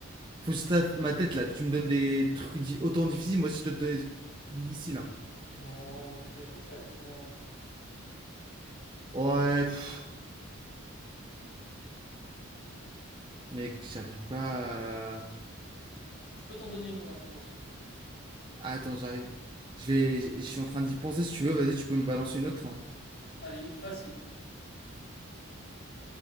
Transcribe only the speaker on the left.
Non, tu peux être gentil avec moi.
Je peux t'en donner une en attendant, si tu veux.
Allez, une facile.